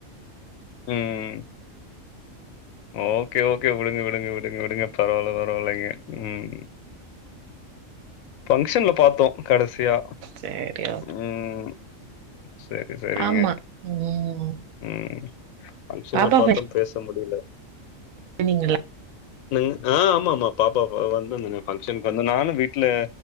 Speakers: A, on the left; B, on the right.
A: ம் ஓகே ஓகே விடுங்க விடுங்க விடுங்க விடுங்க பரவாயில்ல பரவாயில்லைங்க ம் பங்க்ஷன்ல பாத்தோம் கடைசியா
B: சரி ஓ
A: ம் சேரி சேரிங்க
B: ஆமா ம்
A: ம் பங்க்ஷன்ல
B: பாப்பா
A: பாத்தும் பேச முடியல
B: போனீங்களா
A: என்னங்க அ ஆமா ஆமா பாப்பா வந்துருந்தேன்ங்க பங்க்ஷனுக்கு வந்து நானும் வீட்ல